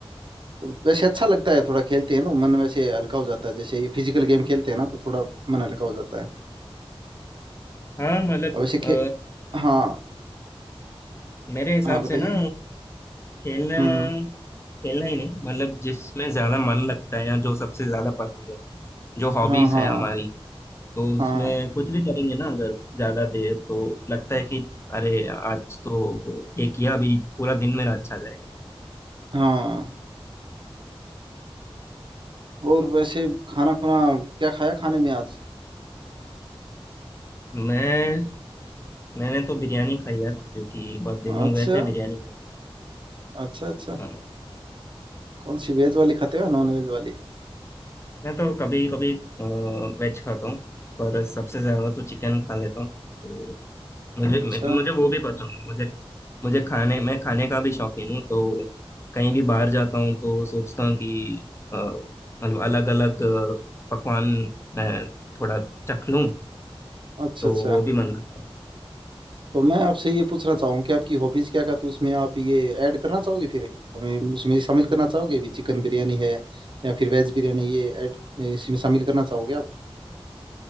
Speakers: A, on the right (about 55°); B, on the left (about 25°).
A: तो वैसे अच्छा लगता है थोड़ा खेलते हैं ना मन वैसे हल्का हो जाता है जैसे ये फिजिकल गेम खेलते हैं ना तो थोड़ा मन हल्का हो जाता है
B: हाँ मतलब
A: और वैसे
B: अ,
A: खे हाँ
B: मेरे हिसाब
A: हाँ बताइए
B: से ना खेलना
A: हम्म
B: खेलना ही नहीं मतलब जिसमें ज्यादा मन लगता है या जो सबसे ज्यादा पसंद है जो हॉबीज
A: हाँ हाँ
B: है हमारी तो उसमें
A: हाँ
B: कुछ भी करेंगे ना अगर ज्यादा देर तो लगता है कि अरे आज तो ये किया अभी पूरा दिन मेरा अच्छा जाएगा
A: हाँ और वैसे खाना खुना क्या खाया खाने में आज
B: मैं मैंने तो बिरयानी खाई यार क्योंकि बहुत दिन
A: अच्छा
B: हो गए थे बिरयानी
A: अच्छा अच्छा
B: खाते
A: कौन सी वेज वाली खाते हो या नॉन वेज वाली
B: मैं तो कभी कभी वेज खाता हूँ पर सबसे ज्यादा तो चिकन खा लेता हूँ तो मुझे
A: अच्छा
B: मैं- मुझे वो भी पसंद है। मुझे मुझे खाने मैं खाने का भी शौकीन हूँ तो कहीं भी बाहर जाता हूँ तो सोचता हूँ कि अ, मतलब अलग अलग पकवान मैं थोड़ा चख लूँ
A: अच्छा
B: तो
A: अच्छा
B: वो भी मन करता
A: तो मैं आपसे ये पूछना चाहूँ कि आपकी हॉबीज क्या क्या तो उसमें आप ये ऐड करना चाहोगे फिर हमें उसमें शामिल करना चाहोगे भी चिकन बिरयानी है या फिर वेज बिरयानी ये ऐड इसमें शामिल करना चाहोगे आप